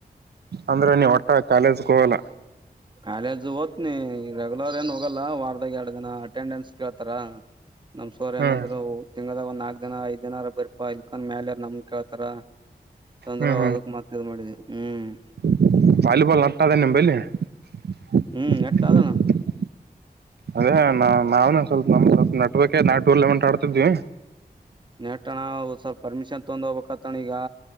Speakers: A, on the right; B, on the right.
A: ಅಂದ್ರ ನೀ ಒಟ್ಟ ಕಾಲೇಜ್ಕ್ ಹೋಗಲ್ಲ.
B: ಕಾಲೇಜ್ ಓತ್ನಿ ಇ ರೆಗ್ಯುಲರ್ ಏನ್ ಹೋಗಲ್ಲ ವಾರದ ದಾಗ್ ಎರ್ಡ್ ದಿನ ಅಟೆಂಡೆನ್ಸ್ ಕೇಳ್ತಾರ ನಮ್ ಸೋರ್
A: ಹ್ಮ್
B: ಏನಂದ್ರು ಉ ತಿಂಗ್ಳ್ದಾಗ ಒಂದ್ ನಾಕ್ ದಿನ ಐದ್ ದಿನಾರ ಬರ್ಪಾ ಇಲ್ಕಂದ್ ಮ್ಯಾಲ್ ಆರೆ ನಮ್ ಕೇಳ್ತರಾ. ತಂದ್ರ
A: ಹ್ಮ್
B: ಅವ ಅದಕ್ ಮತ್ ಇದು ಮಾಡಿದೆ ಹ್ಮ್.
A: <unintelligible> ವಾಲಿಬಲ್ ಅಟ್ಟ ಅದ ನಿಮ್ ಬಲ್ಲಿ. <unintelligible>
B: ಹ್ಮ್ ನೆಟ್ ಅದಣ
A: ಅದೇ ನಾ ನಾವ್ನು ಸ್ವಲ್ಪ ನಮ್ದ್ ಸಪ್ ನಟ್ರ್ಕೆ ನಾ ಟೂರ್ಲಿಮೆಂಟ್ ಆಡ್ತಿದ್ವಿ.
B: ನೆಟ್ಟಣ್ಣ ಅದು ಸ್ವಲ್ಪ ಪರ್ಮಿಷನ್ ತೊಂದ್ ಹೋಬೇಕಾತ್ತಣ ಈಗ